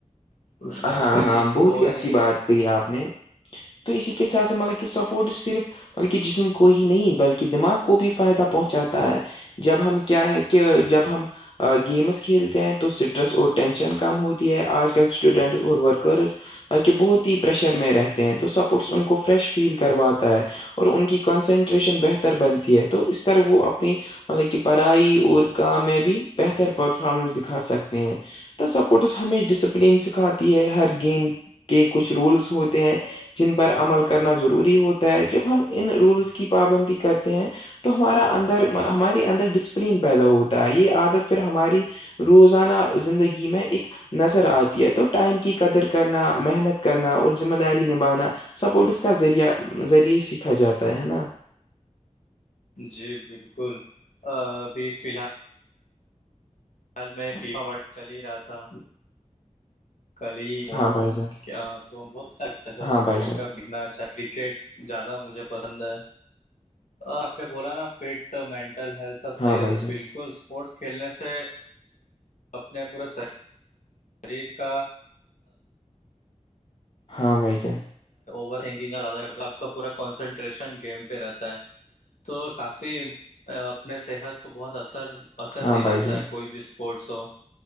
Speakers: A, on the left; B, on the left.
A: اس کا
B: ہاں
A: کوئی
B: ہاں بہت
A: تول
B: ہی اچھی
A: نہیں
B: بات
A: ہے
B: کہی آپ نے تو اس کےس سات سے مطلب کہ سپورٹس صرف بلکہ جسم کو ہی نہیں بلکہ دماغ کو بھی فائدہ پہنچاتا ہے جب ہم کیا ہے کہ جب ہم گیمس کھیلتے ہیں تو اسٹریس اور ٹینشن کم ہوتی ہے آج کل اسٹوڈیننٹس اور ورکرز کہ بہت ہی پریشر میں رہتے ہیں تو سپورٹس ان کو فریش فیل کرواتا ہے اور ان کی کنسنٹریشن بہتر بنتی ہے تو اس طرح وہ اپنی مطلب کہ پڑھائی اور کا میں بھی بہتر پرفارمنس دکھا سکتے ہیں تو سپورٹس ہمیں ڈسپلین سکھاتی ہے ہر گیم کے کچھ رولس ہوتے ہیں جن پر عمل کرنا ضروری ہوتا ہے جب ہم ان رولس کی پابندی کرتے ہیں تو ہمارا اندر ہمارے اندر ڈسپلن پیدا ہوتا ہے یہ عادت پھر ہماری روزانہ زندگی میں ایک نظر آتی ہے تو ائم کی قدر کرنا محنت کرنا اور ذمہ داری نبھانا سپورٹس کا ذریعہ ذریعے سیکھا جاتا ہے نا
A: جی بالکل ابھی فی الحال خل میں فیا ورل چل ہی رہا تھا کل ہی
B: ہاں بھائی جان
A: کیا تو بہت اچھاتاڈ
B: ہاں بھائی جان
A: کپ دتنا اچھا کرکٹ زیادہ مجھے پسند ہے آپ نے بولا نا فٹ مینٹل ہیلتھ سب صحیح
B: ہاں بھائی
A: رہتا
B: جان
A: بالکل اسپورٹس کھیلنے سے اپنے پورے سح شریر کا
B: ہاں بھائی جان
A: وننگہتا آپ کا پورا کنسنٹریشن گیم پہ رہتا ہے تو کافی اپنے صحت کو بہت اثر اثر
B: ہاں
A: دلاتا
B: بھائی جان
A: ہے کوئی بھی اسپورٹس ہو